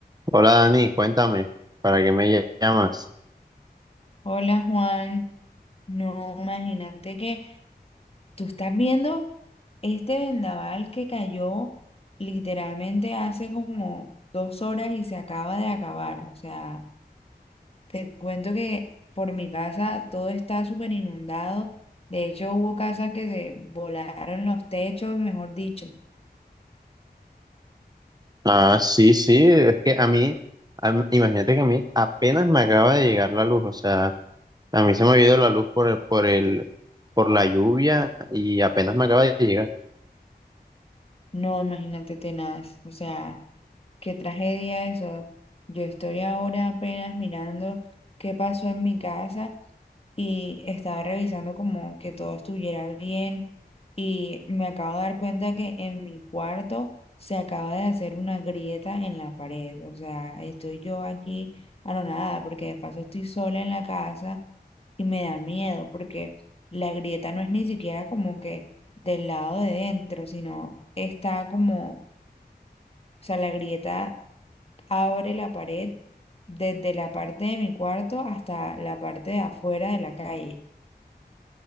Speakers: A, on the right; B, on the left.
A: Hola Dani, cuéntame, ¿para qué me llamas?
B: Hola Juan, no, imagínate que tú estás viendo este vendaval que cayó literalmente hace como dos horas y se acaba de acabar. O sea, te cuento que por mi casa todo está súper inundado. De hecho, hubo casas que se volaron los techos, mejor dicho.
A: Ah, sí, sí, es que a mí, a mí- imagínate que a mí apenas me acaba de llegar la luz, o sea, a mí se me ha ido la luz por el, por el, por la lluvia y apenas me acaba de llegar.
B: No, imagínate tenaz. O sea, qué tragedia eso. Yo estoy ahora apenas mirando qué pasó en mi casa. y estaba revisando como que todo estuviera bien y me acabo de dar cuenta que en mi cuarto se acaba de hacer una grieta en la pared. O sea, estoy yo aquí anonadada porque de paso estoy sola en la casa y me da miedo porque la grieta no es ni siquiera como que del lado de dentro, sino está como, o sea, la grieta abre la pared desde la parte de mi cuarto hasta la parte de afuera de la calle.